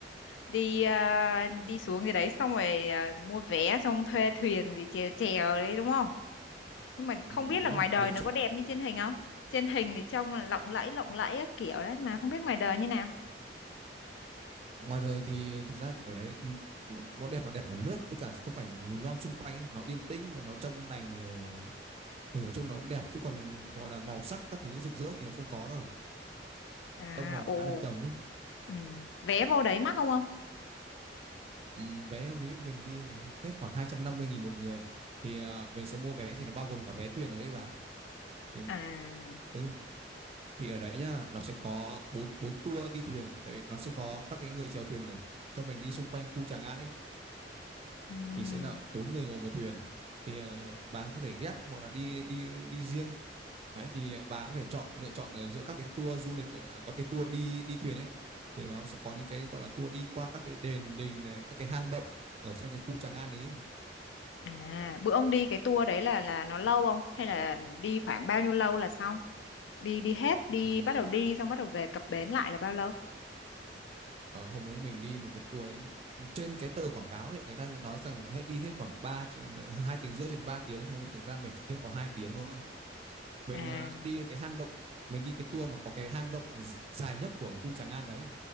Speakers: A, on the left; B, on the right.
A: đi à, đi xuống gì đấy xong rồi à, mua vé xong thuê thuyền gì chèo chèo đấy đúng không? Nhưng mà không
B: ừ,
A: biết
B: đúng
A: là ngoài
B: rồi
A: đời
B: mình
A: nó
B: xuống
A: có đẹp như trên hình không? Trên hình thì trông là lộng lẫy lộng lẫy các kiểu đấy mà không biết ngoài đời như nào.
B: ngoài đời thì thực ra thì ở đấy n- nó đẹp là đẹp ở nước với cả không cảnh núi non xung quanh ấy nó yên tĩnh và nó trong lành người ừ, nói chung nó cũng đẹp chứ còn gọi là màu sắc các thứ rực rỡ thì nó không có đâu
A: À,
B: tông màu nó
A: ồ.
B: khá là trầm ấy
A: Ừ. Vé vô đấy mắc không ông?
B: ừ, vé hôm đấy mình đi này hết khoảng hai trăm năm mươi nghìn một người thì ờ, mình sẽ mua vé thì nó bao gồm cả vé thuyền nữa ấy bà thì
A: À.
B: ừ thì ở đấy nhá nó sẽ có bốn bốn tour đi thuyền tại vì nó sẽ có các cái người chèo thuyền ở, cho mình đi xung quanh khu Tràng An ấy
A: Ừ.
B: thì sẽ là bốn người ngồi một thuyền thì ờ, bà có thể ghép hoặc là đi đi đi riêng đấy thì bà có thể chọn lựa chọn ở giữa các cái tour du lịch ở các cái tour đi đi thuyền ấy thì nó sẽ có những cái gọi là tour đi qua các cái đền đình này các cái hang động ở trong cái khu Tràng An ấy
A: À, bữa ông đi cái tour đấy là là nó lâu không? Hay là đi khoảng bao nhiêu lâu là xong? đi đi hết đi
B: Ừm,
A: bắt đầu đi xong bắt đầu về cập bến lại là bao lâu
B: Ờ, hôm đấy mình đi một cái tour ấy, trên cái tờ quảng cáo đấy người ta sẽ nói rằng hết đi hết khoảng 3 cho đến- ờ, hai tiếng rưỡi cho đến ba tiếng nhưng hôm ấy thực ra mình chỉ hết có hai tiếng thôi. Mình
A: à
B: ờ, đi cái hang động mình đi cái tour mà có cái hang động dài nhất của cái khu Tràng An đấy.